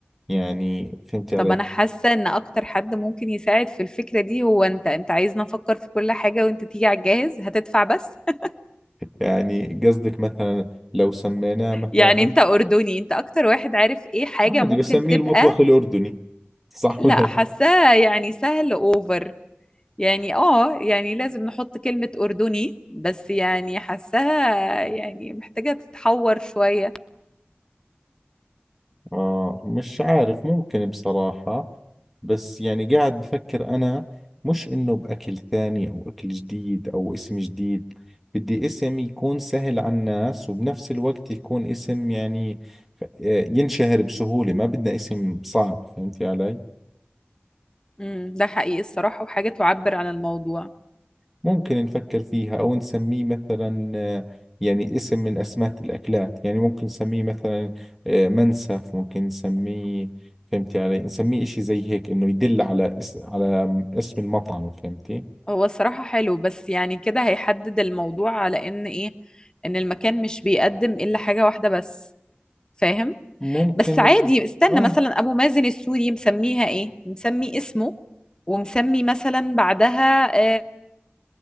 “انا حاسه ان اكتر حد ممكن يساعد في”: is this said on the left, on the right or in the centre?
Left